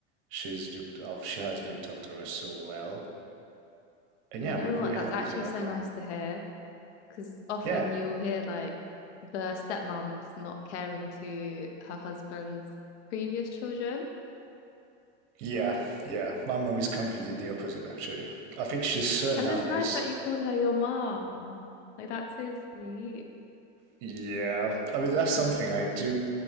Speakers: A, on the right (about 55°); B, on the left (about 70°).
A: she's looked up she has looked after us so well and
B: you
A: yeah
B: know
A: we're very
B: what?
A: happy
B: That's actually
A: to have
B: so
A: her
B: nice to hear. Because often
A: yeah
B: you'll hear like the stepmom's not caring to her husband's previous children.
A: yeah yeah my mom is completely the opposite actually I think she's so nice
B: And it's nice that you call her your mom. Like that's so sweet.
A: yeah I mean that's something I do